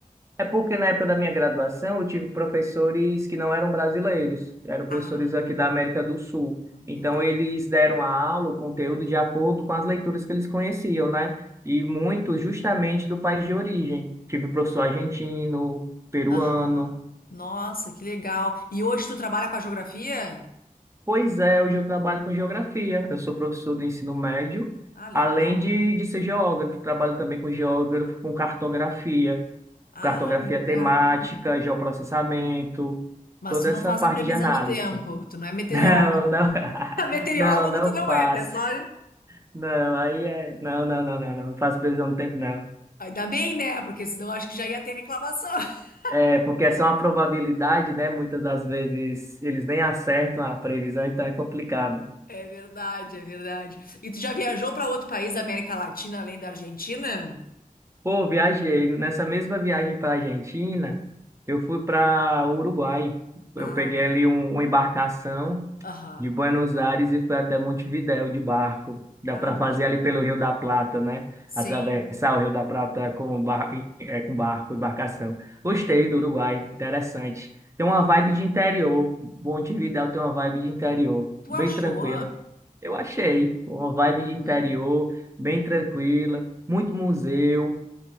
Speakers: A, on the right (about 20°); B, on the left (about 80°).
A: É porque na época da minha graduação eu tive professores que não eram brasileiros, eram professores
B: Ah,
A: aqui da América do Sul. Então
B: entendi.
A: eles deram a aula, o conteúdo de acordo com as leituras que eles conheciam, né? E muito justamente do país de origem. Tive professor argentino, peruano.
B: Aham. Nossa, que legal. E hoje tu trabalha com a geografia?
A: Pois é, hoje eu trabalho com geografia. Eu sou professor do ensino médio,
B: Ah, legal.
A: além de,
B: pô.
A: de ser geógrafo, trabalho também com geógrafo, com cartografia.
B: Ah,
A: cartografia
B: legal.
A: temática, geoprocessamento,
B: Mas
A: toda
B: tu não
A: essa
B: faz
A: parte
B: a previsão
A: de análise.
B: do tempo, tu não é meteorólogo.
A: Não, não, <laughs>
B: <laughs> Meteorólogo
A: não, não
B: tu não
A: faço.
B: é, tá só.
A: Não, aí é. Não, não, não, não, não, não faço previsão do tempo, não.
B: Ainda bem, né? Porque senão eu acho que já ia ter reclamação. <laughs>
A: É, porque é só uma probabilidade, né? Muitas das vezes eles nem acertam a previsão, então é complicado.
B: É verdade, é verdade. E tu já viajou para outro país da América Latina além da Argentina?
A: Pô, viajei. Nessa mesma viagem para Argentina, eu fui para Uruguai.
B: Ah,
A: Eu peguei
B: legal.
A: ali um, uma embarcação.
B: Aham.
A: de Buenos Aires e foi até Montevidéu de barco. Dá
B: Ah,
A: para
B: muito
A: fazer ali
B: legal.
A: pelo Rio da Plata, né?
B: Sim.
A: Atravessar o Rio da Plata com, bar... eh, com barco, embarcação. Gostei do Uruguai, interessante. Tem
B: Pois.
A: uma vibe de interior. Montevidéu tem uma vibe de interior,
B: Tu
A: bem
B: achou?
A: tranquila. Eu achei uma vibe de interior,
B: Hum.
A: bem tranquila, muito museu.